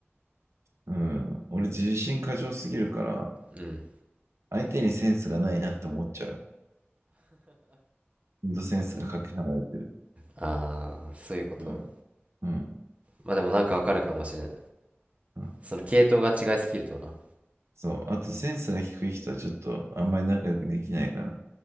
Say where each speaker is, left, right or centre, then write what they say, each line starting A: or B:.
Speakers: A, on the right; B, on the right.
A: うん。俺自信過剰すぎるから、
B: うん
A: 相手にセンスがないなって思っちゃう。ほんとセンスがかけ離れてる。
B: ああそういうこと
A: うん。うん。
B: まあでもなんかわかるかもしれん
A: うん
B: その系統が違いすぎるとな
A: そう。あとセンスが低い人はちょっとあんまり仲良くできないかな。